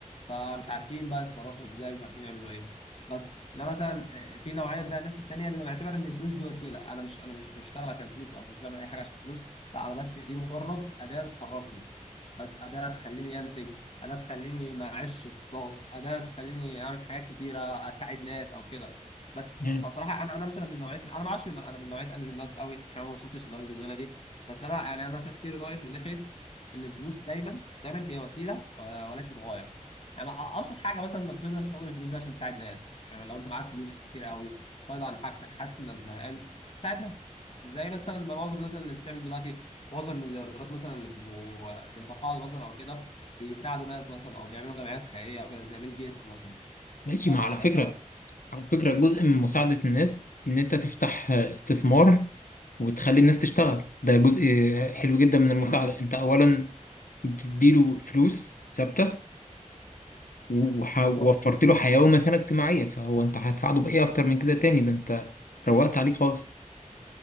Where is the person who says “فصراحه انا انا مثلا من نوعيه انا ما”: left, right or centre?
Left